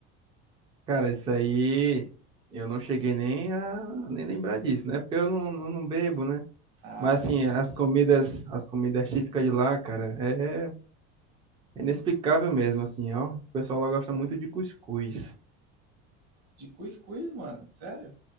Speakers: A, on the right; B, on the right.
A: Cara, isso aí eu não cheguei nem a nem lembrar disso, né, porque eu não, não, não bebo, né,
B: Ah,
A: mas
B: verdade.
A: assim, as comidas, as comidas típicas de lá, cara, é É inexplicável mesmo, assim, ó. O pessoal lá gosta muito de cuscuz.
B: De cuscuz, mano, sério?